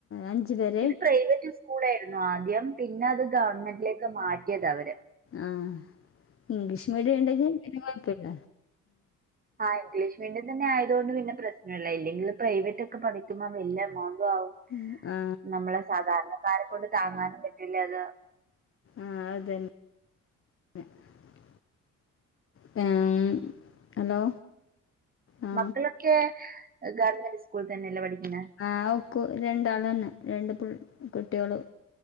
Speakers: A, on the left (about 45°); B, on the right (about 30°).
A: അഞ്ചു പേർ
B: ഇത് പ്രൈവറ്റ് സ്കൂളായിരുന്നു ആദ്യം പിന്നെ അത് ഗവൺമെന്റിലേക്ക് മാറ്റിയത് അവര്
A: ആഹ് ഇംഗ്ലീഷ് മീഡിയം ണ്ടെങ്കിൽ പിന്നേം കൊഴപ്പില്ല
B: ആഹ് ഇംഗ്ലീഷ് മീഡിയം തന്ന ആയതോണ്ട് പിന്നെ പ്രശ്നല്ല ല്ലങ്കിൽ പ്രൈവറ്റ് ഒക്കെ പഠിക്ക കുമ്പം വല്യ എമൗണ്ടും ആവും
A: ഉം, ആ
B: നമ്മളെ സാധാരണക്കാരെ കൊണ്ട് താങ്ങാനും പറ്റില്ല അത്
A: ആഹ് അതെ <inaudible> മം ഹലോ ആ
B: മക്കളൊക്കെ ഗവൺമെന്റ് സ്കൂൾന്നന്നേല്ലേ പഠിക്കുന്ന-
A: ആഹ് ഒക്ക രണ്ടാളെന്നെ രണ്ട് പിള് കുട്ടിയൊളും